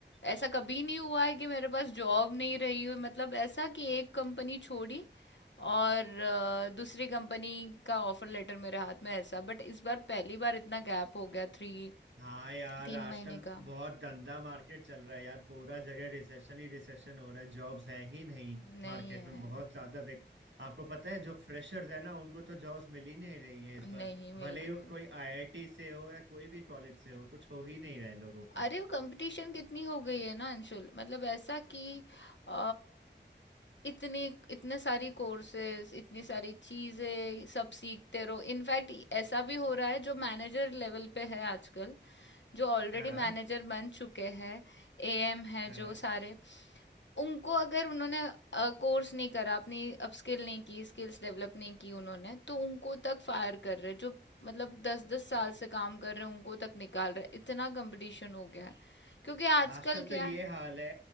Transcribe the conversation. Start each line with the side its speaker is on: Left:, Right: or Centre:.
Left: ऐसा कभी नहीं हुआ है कि मेरे पास जॉब नहीं रही हो मतलब ऐसा कि एक कंपनी छोड़ी और अ, दूसरी कंपनी का ऑफर लेटर मेरे हाथ में ऐसा बट इस बार पहली बार इतना गैप हो गया थ्री
Right: हाँ यार
Left: तीन
Right: आजकल
Left: महीने का
Right: बहुत गंदा मार्केट चल रहा है यार पूरा जगह रिसेशन ही रिसेशन हो रहा है जॉब्स है ही नहीं
Left: नहीं
Right: मार्केट
Left: है
Right: में बहुत ज्यादा देख आपको पता है जो फ्रेशर्स है ना उनको तो जॉब्स मिल ही नहीं रही है इस
Left: नहीं
Right: बार
Left: मिल
Right: भले
Left: रही
Right: ही वो
Left: है
Right: कोई आईआईटी से हो या कोई भी कॉलेज से हो कुछ हो ही नहीं रहा है लोगों का
Left: अरे वो कंपटीशन कितनी हो गई है ना अंशुल मतलब ऐसा कि अ, इतने इतने सारी कोर्सेज इतनी सारी चीजें सब सीखते रहो इनफैक्ट ऐसा भी हो रहा है जो मैनेजर लेवल पे है आजकल जो ऑलरेडी
Right: हाँ
Left: मैनेजर बन चुके हैं एएम है
Right: हाँ
Left: जो सारे उनको अगर उन्होंने कोर्स नहीं करा अपनी अपस्किल नहीं की स्किल्स डेवलप नहीं की उन्होंने तो उनको तक फायर कर रहे हैं जो मतलब दस दस साल से काम कर रहे हैं उनको तक निकाल रहे हैं इतना कंपटीशन हो गया है क्योंकि आजकल
Right: आजकल तो
Left: क्या
Right: ये
Left: है
Right: हाल है